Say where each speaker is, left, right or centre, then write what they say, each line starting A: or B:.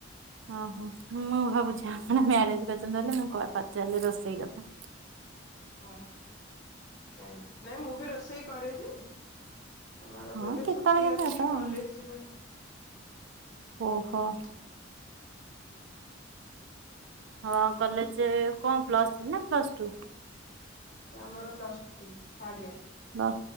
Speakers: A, on the right; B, on the left.
A: ଓହୋ ମୁଁ ଭାବୁଛି ଆପଣ ମ୍ୟାରେଜ କରିଛନ୍ତି ବୋଲି ହ ମୁଁ କ ପଚାରିଲି ରୋଷେଇ କଥା।
B: ହଁ ନାଇଁ ନାଇଁ ନାଇଁ ମୁଁ ବି ରୋଷେଇ କରେଯେ। <unintelligible>
A: ହଁ
B: ଏବେ
A: କେତେବେଳେ
B: ଛୁଟି
A: କେମିତି
B: ଅଛି
A: ହବ
B: କଲେଜ
A: ଆଉ।
B: ଯିବା
A: ଓହୋ।
B: କରେ।
A: ହଁ କଲେଜ କଣ ପ୍ଲସ ଥ୍ରୀ ନା ପ୍ଲସ ଟୁ।
B: ଆମର ପ୍ଲସ୍ ଥ୍ରୀ ଥାର୍ଡ ଇୟର।
A: ବା